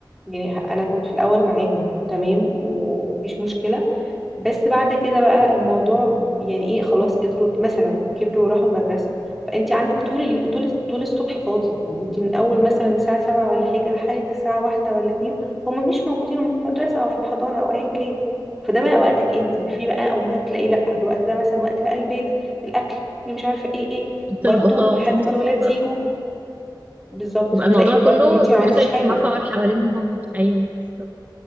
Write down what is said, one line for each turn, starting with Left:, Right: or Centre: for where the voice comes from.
Centre: يعني انا كنت في الاول معاهم وتمام ومفيش مشكله بس بعد كده بقى الموضوع يعني ايه خلاص قدروا مثلا كبروا وراحوا المدرسه فانت عندك طول اليو... طول طول الصبح فاضي يعني انت من اول مثلا الساعه 7 ولا حاجه لحد الساعه واحدة ولا اتنين هما مش موجودين هما في المدرسه او في الحضانه او ايا كان فده بقى وقتك انت في بقى امهات تلاقي لا الوقت ده مثلا وقت بقى البيت الاكل اللي مش عارفه ايه ايه برضو
Right: تطبخ اه
Centre: لحد
Right: تقوم تطبخ
Centre: ما الولاد
Right: بقى
Centre: يجوا بالظبط
Right: يبقى
Centre: فتلاقي
Right: الموضوع كله
Centre: برضو ما انت ما
Right: في
Centre: عملتيش
Right: الاخر اتمحور
Centre: حاجه
Right: حوالينهم هم. ايوه بالظبط.